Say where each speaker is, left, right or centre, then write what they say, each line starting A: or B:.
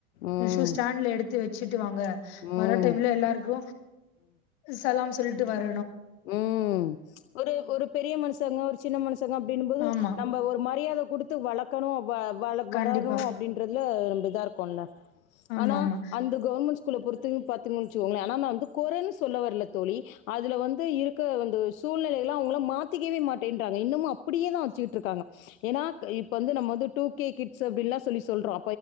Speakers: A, on the left (about 80°); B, on the left (about 55°).
A: ம்
B: ஷூஸாண்ட்ல எடுத்து வச்சிடு டுவாங்க வர
A: ம்
B: டைம்ல எல்லாருக்கும் சலாம் சொல்லிட்டு வர
A: உம் ஒரு ஒரு பெரிய மனுசங்க ஒரு சின்ன மனசு ங்க அப்படின்போது
B: ஆமா
A: நம்ம ஒரு மரியாதை கொடுத்து வளர்க்கணும் வ வ
B: கண்டிப்பா
A: வரரும் அப்டின்றது இது நாம்ம இதா இருக்கோம்லா
B: ஆமா
A: ஆனா
B: ஆமா
A: அந்த கவர்மெண்ட் அ பொறுத்து பாத்தோம்னு வச்சுக்கோங்களேன் ஆனா வந்து குறை சொல்ல வரல தோழி அதுல வந்து இருக்க அந்த சூழ்நிலைலாம் அவுங்கல்லாம் மாத்திக்கவே மாட்டேன்றாங்க இன்னமும் அப்டியே தான் வச்சுட்டுருக்காங்க ஏனா இப்ப வந்து நம்ம வந்து டூகே கிட்ஸ் அப்டிலாம் சொல்லி சொல்றோம்